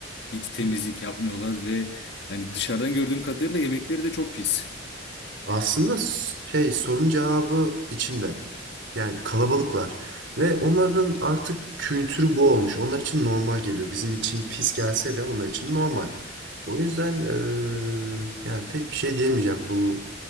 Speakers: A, on the left; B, on the right.
A: Hiç temizlik yapmıyorlar ve hani dışarıdan gördüğüm kadarıyla yemekleri de çok pis.
B: Aslında s- şey sorun cevabı içinde. Yani kalabalıklar. Ve onların artık kültürü bu olmuş. Onlar için normal geliyor. Bizim için pis gelse de onlar için normal. O yüzden eee, yani pek bir şey diyemeyeceğim. Bu